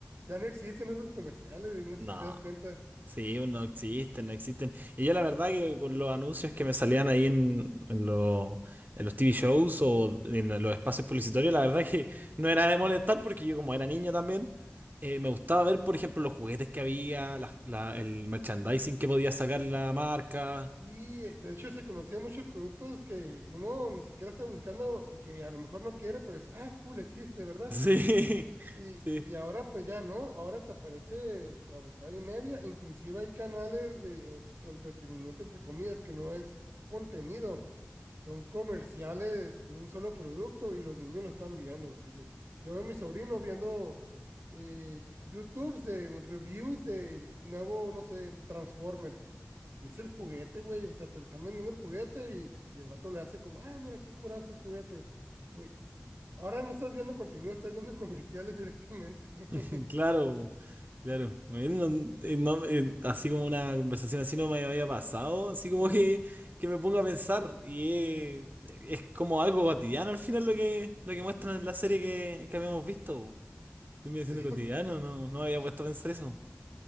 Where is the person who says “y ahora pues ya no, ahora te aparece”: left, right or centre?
Right